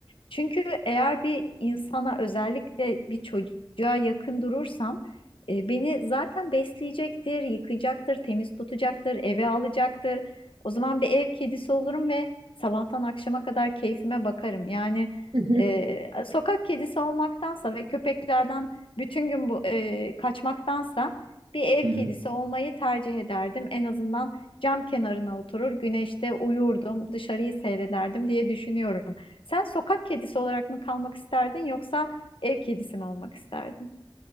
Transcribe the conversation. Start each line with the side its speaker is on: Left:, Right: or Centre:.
Left: Çünkü eğer bir insana özellikle bir çocuğa yakın durursam e, beni zaten besleyecektir, yıkayacaktır, temiz tutacaktır, eve alacaktır. O zaman bir ev kedisi olurum ve sabahtan akşama kadar keyfime bakarım. Yani
Right: <laughs>
Left: e, sokak kedisi olmaktansa ve köpeklerden bütün gün bu e, kaçmaktansa bir ev
Right: Hı
Left: kedisi
Right: hı.
Left: olmayı tercih ederdim. En azından cam kenarına oturur, güneşte uyurdum, dışarıyı seyrederdim diye düşünüyorum. Sen sokak kedisi olarak mı kalmak isterdin yoksa ev kedisi mi olmak isterdin?